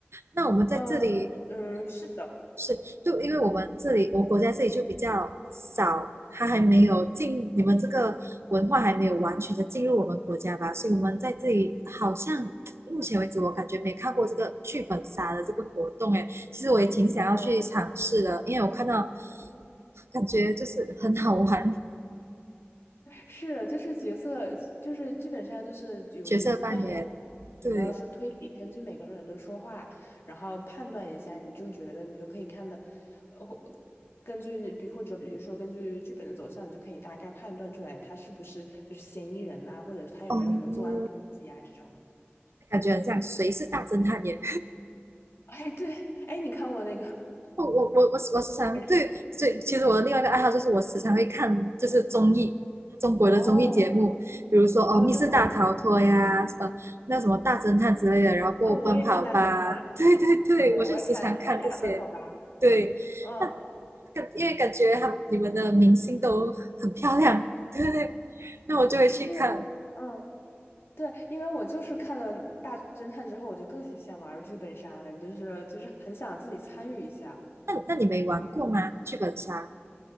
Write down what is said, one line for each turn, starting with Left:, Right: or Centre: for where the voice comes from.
Right: 那我们在这里
Left: 呃嗯，是的。
Right: 是，就因为我们这里，我国家这里就比较少，它还没有进，你们这个文化还没有完全的进入我们国家吧，所以我们在这里好像目前为止，我感觉没看过这个剧本杀的这个活动，哎，其实我也挺想要去尝试的，
Left: 哦。
Right: 因为我看到感觉就是很好玩，
Left: 是，就是角色，就是剧本上就是有角色扮演嘛。
Right: 角色扮演，
Left: 你主要是推理，
Right: 对，
Left: 根据每个人的说话，然后判断一下，你就觉得你就可以看的，呃，或根据比或者比如说根据剧本的走向，你就可以大概判断出来他是不是就是嫌疑人呐、或者是他有没有什么作案动机呀、
Right: 哦，
Left: 这种的。
Right: 感觉很像谁是大侦探也
Left: 哎，对，哎，你看过那个？
Right: 我我我我我时常对，
Left: 哎，
Right: 所以其实我的另外一个爱好就是我时常会看就是综艺，中国的综艺节目，
Left: 哦
Right: 比如说哦《密室大逃脱》呀，
Left: 哦，真的吗？
Right: 呃那什么大侦探之类的，然后过后奔跑吧，
Left: 哦，我也看大侦探，
Right: 对 <laughs> 对，
Left: 对，
Right: 我就时常看这些。
Left: 我也看，我也看奔跑吧。
Right: 对，
Left: 嗯，
Right: 那感因为感觉他你们的明星都很漂亮，对对对，那我就会去看。
Left: 因为。嗯。对，因为我就是看了《大侦探》之后，我就更想想玩剧本杀了，就是就是很想自己参与一下。
Right: 那那你没玩过吗？剧本杀